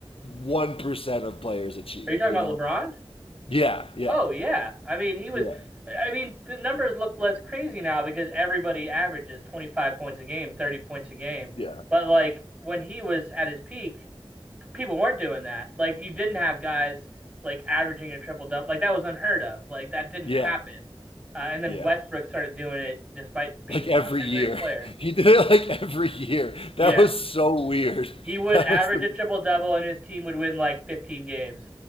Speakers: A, on the left; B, on the right.
A: one percent of players achieve.
B: Are you talking
A: You
B: about
A: know?
B: LeBron?
A: Yeah, yeah,
B: Oh yeah. I mean, he was
A: yeah,
B: I mean, the numbers look less crazy now because everybody averages 25 points a game, 30 points a game.
A: yeah,
B: But like when he was at his peak, people weren't doing that. Like you didn't have guys like averaging a triple double. Like that was unheard of. Like that didn't
A: yeah,
B: happen. Uh, and then
A: yeah.
B: Westbrook started doing it despite being
A: Like every
B: not that
A: year,
B: great a player.
A: <laughs> he did it like every year.
B: Yeah.
A: That was so weird. <laughs>
B: He would
A: That
B: average
A: was the
B: a triple double and his team would win like 15 games.